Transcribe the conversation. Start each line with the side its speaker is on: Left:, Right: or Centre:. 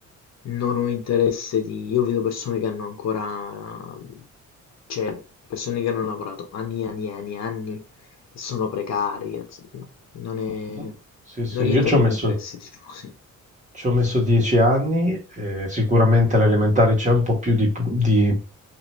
Left: non ho interesse di io vedo persone che hanno ancora cioè persone che hanno lavorato anni e anni e anni e anni e sono precari, anzi, no, non è
Right: No? Sì, sì,
Left: non rientra
Right: Io ci
Left: nei
Right: ho messo,
Left: miei interessi, <laughs> diciamo così.
Right: ci ho messo dieci anni e sicuramente
Left: Mh,
Right: alle elementari c'è un po' più di, di